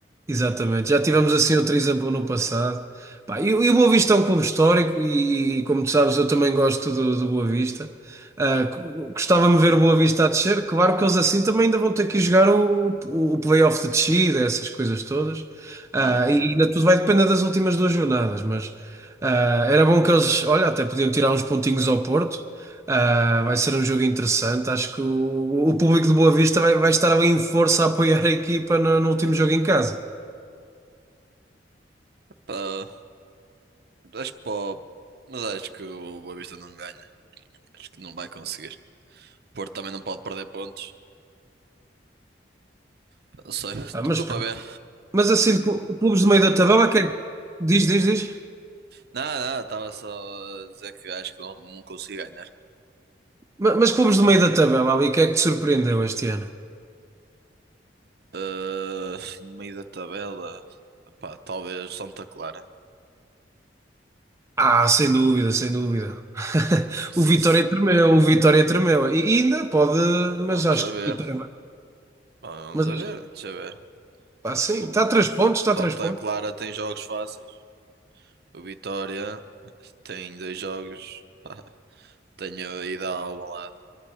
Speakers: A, on the right; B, on the right.
A: Exatamente, já tivemos assim outro exemplo no passado. Pá, e, e o Boa Vista é um clube histórico e, como tu sabes, eu também gosto do, do Boa Vista. Ah, cu- gostava-me de ver o Boa Vista a descer. Claro que eles assim também ainda vão ter que jogar o, o, o play-off de descida, essas coisas todas. Ah,
B: Uhum.
A: e ainda tudo vai depender das últimas duas jornadas, mas ah, era bom que eles, olha, até podiam tirar uns pontinhos ao Porto. Ah, vai ser um jogo interessante. Acho que o, o público do Boa Vista vai, vai estar ali em força a apoiar a equipa no no último jogo em casa.
B: Pá, acho que pá, mas acho que o Boa Vista não ganha. Acho que não vai conseguir. O Porto também não pode perder pontos. Pá, Não sei, <laughs> estou
A: Ah, mas pronto.
B: para ver.
A: Mas assim, de clu- clubes do meio da tabela, que é... que- diz, diz, diz.
B: Nada, nada, estava só a dizer que acho que não, não consigo ganhar.
A: Ma- Mas, clubes do meio da tabela, ali, que é que te surpreendeu este ano?
B: Ah, no meio da tabela, pá, talvez Santa Clara.
A: Ah, sem dúvida, sem dúvida. <laughs>
B: Sim,
A: O Vitória
B: se-
A: tremeu, o Vitória tremeu. E e ainda pode,
B: vamos
A: mas acho
B: a ver.
A: que o Vitória vai.
B: Vamos
A: Mas
B: a
A: acho-
B: ver, deixa eu ver.
A: pá, sim,
B: O
A: está a três pontos, está a
B: Santa
A: três pontos.
B: Clara tem jogos fáceis. O Vitória tem dois jogos. Pá, tenho ido ao Alvalade.